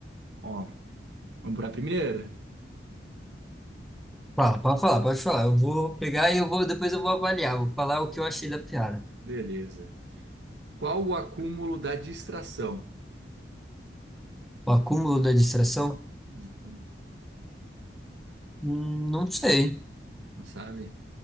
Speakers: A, on the right; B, in the centre.
A: Ó, vamos pra primeira?
B: Fala, pode falar, pode falar. Eu vou pegar e eu vou, depois eu vou avaliar, vou falar o que eu achei da piada.
A: Beleza. Qual o acúmulo da distração?
B: O acúmulo da distração?
A: Uhum.
B: Hum, não sei.
A: Sabe?